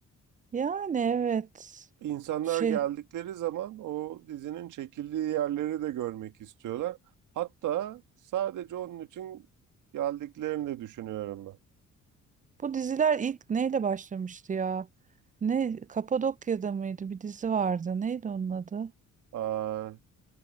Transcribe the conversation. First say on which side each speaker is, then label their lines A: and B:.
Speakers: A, on the right (about 25°); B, on the right (about 80°).
A: yani evet.
B: İnsanlar
A: Şey
B: geldikleri zaman o dizinin çekildiği yerleri de görmek istiyorlar. Hatta sadece onun için geldiklerini de düşünüyorum ben.
A: bu diziler ilk neyle başlamıştı ya? Ne Kapadokya'da mıydı? Bir dizi vardı. Neydi onun adı?
B: Aa,